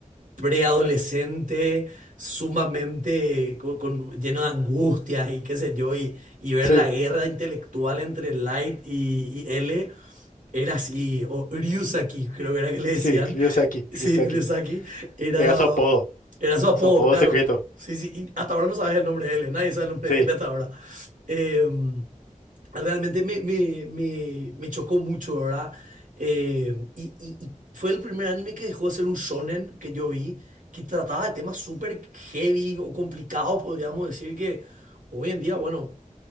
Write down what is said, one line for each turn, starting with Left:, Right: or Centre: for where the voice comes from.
Right: preadolescente sumamente con- con- lleno de angustias y qué sé yo, y, y ver
Left: sí.
Right: la guerra intelectual entre Light y, y L. Era así, o Ryusaki, creo que era que le decían.
Left: Sí, Ryuseki,
Right: Sí,
Left: Ryuseki.
Right: Ryusaki. Era,
Left: Era su apodo,
Right: era su apodo,
Left: su apodo
Right: claro.
Left: secreto.
Right: Sí, sí, y hasta ahora no sabes el nombre de él, eh, nadie sabe el nombre
Left: Sí.
Right: de él hasta ahora. Eh, realmente me, me- me- me chocó mucho, ¿verdad? Eh, y, y- y fue el primer anime que dejó de ser un shonen que yo vi, que trataba de temas súper heavy o complicados, podríamos decir, que hoy en día, bueno,